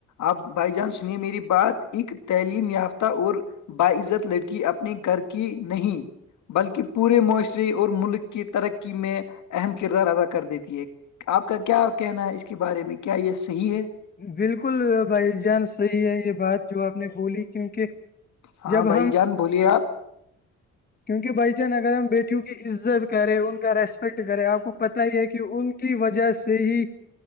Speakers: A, on the left; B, on the left.
A: آپ بائی چانس سنیے میری بات ایک تعلیم یافتہ اور باعزت لڑکی اپنے گھر کی نہیں بلکہ پورے معاشرے اور ملک کی ترقی میں اہم کردار ادا کر دیتی ہے آپ کا کیا کہنا ہے اس کے بارے میں کیا یہ صحیح ہے
B: بالکل بھائی جان صحیح ہے یہ بات جو آپ نے بولی کیونکہ
A: ہاں
B: جب
A: بھائی جان بولیے آپ
B: کیونک بھائی چان اگر ہم بیٹھی ہ کی عزت کرے ان کا ریسپیکٹ کرے آپ کو پت ہی ہے کہ ان کی وجہ سے ہی